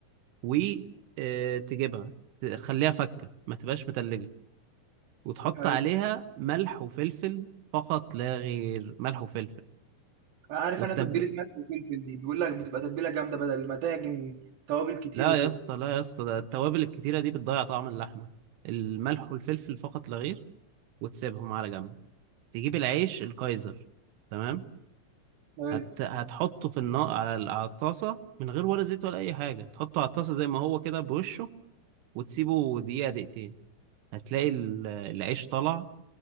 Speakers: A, on the right; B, on the right.
A: و آه، تجيبها تخليها فكة ما تبقاش متلجة وتحط
B: حلو
A: عليها ملح وفلفل فقط لا غير ملح وفلفل
B: انا عارف
A: والتب...
B: انا تتبيله ملح وفلفل دي بيقول لك بتبقى تتبيله جامده بدل ما تعجن توابل كتير
A: لا
B: وكده
A: يا اسطى لا يا اسطى ده التوابل الكتيرة دي بتضيع طعم اللحمة الملح والفلفل فقط لا غير وتسيبهم على جنب تجيب العيش الكايزر تمام
B: حلو
A: هت... هتحطه في النار على ال- على الطاسة من غير ولا زيت ولا أي حاجة تحطه على الطاسة زي ما هو كده بوشه وتسيبه دقيقة دقيقتين هتلاقي ال- العيش طلع